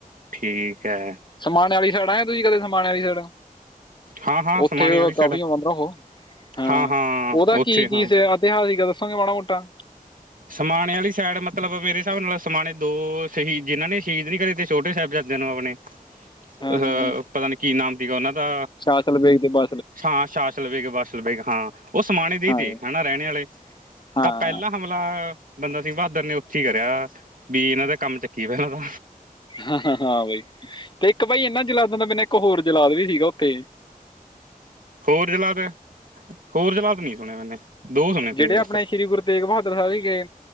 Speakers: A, on the right (about 65°); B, on the left (about 30°).
A: ਠੀਕ ਐ।
B: ਸਮਾਨਣੇ ਵਾਲੀ ਸੈਡ ਆਏ ਤੁਸੀਂ ਕਦੇ ਸਮਾਨਣੇ ਵਾਲੀ ਸੈਡ
A: ਹਾਂ-ਹਾਂ ਸਮਾਣੇ
B: ਓੱਥੇ
A: ਵਾਲੀ ਸਾਈਡ
B: ਕਾਫੀ ਆਂਦਾ ਓ ਹਾਂ
A: ਹਾਂ-ਹਾਂ
B: ਉਹਦਾ
A: ਉੱਥੇ
B: ਕੀ-ਕੀ
A: ਹਾਂ
B: ਫੇਰ ਐਤਿਹਾਸਿਕ ਦੱਸਾਗੇ ਮਾੜਾ-ਮੋਟਾ।
A: ਸਮਾਨੇ ਵਾਲੀ ਸਾਈਡ ਮਤਲਬ ਮੇਰੇ ਹਿਸਾਬ ਨਾਲ ਸਮਾਨੇ ਦੋ ਸ਼ਹੀਦ ਜਿਨਾਂ ਨੇ ਸ਼ਹੀਦ ਵੀ ਕਰੇ ਤੇ ਛੋਟੇ ਸਾਹਿਬਜ਼ਾਦਿਆਂ ਨੂੰ ਆਪਣੇ
B: ਹਾਂ
A: ਅ
B: ਹਾਂ ਹਾਂ।
A: ਪਤਾ ਨੀ ਕੀ ਨਾਮ ਸੀਗਾ ਓਨਾਂ ਦਾ।
B: ਸ਼ਾਸਲ ਵੇਗ <unintelligible>
A: ਹਾਂ ਸ਼ਾਸਲਵੇੇਗ-ਵਾਸ਼ਲਬੇਗ ਹਾਂ ਓ ਸਮਾਣੇ ਦੇ
B: ਹਾਂ
A: ਤੇ ਹੈਨਾ ਰੈਣੇ ਵਾਲੇ
B: ਹਾਂ।
A: ਪੈਲਾ ਹਮਲਾ ਬੰਦਾ ਸਿੰਘ ਬਹਾਦਰ ਨੇ ਓਥੇ ਹੀ ਕਰਿਆ ਵੀ ਏਨਾਂ ਦਾ ਕੰਮ ਚੱਕੀਏ ਪੈਲਾ ਤਾ
B: ਹਾਂ-ਹਾਂ ਬਈ ਤੇ ਇੱਕ ਬਾਈ ਏਨਾਂ ਜਲਾਦਾਂ ਦਾ ਬਿਨ ਇੱਕ ਹੋਰ ਜਲਾਦ ਵੀ ਸੀਗਾ ਓਥੇ।
A: ਹੋਰ ਜਲਾਦ ਐ ਹੋਰ ਜਲਾਦ ਨੀ ਸੁਣੇ ਮੈਨੇ ਦੋ ਸੁਣੇ
B: ਜਿਹੜੇ
A: ਤੇ
B: ਆਪਣੇ
A: ਬਸ।
B: ਸ੍ਰੀ ਗੁਰੂ ਤੇਗ ਬਹਾਦਰ ਸਾਹਿਬ ਸੀਗੇ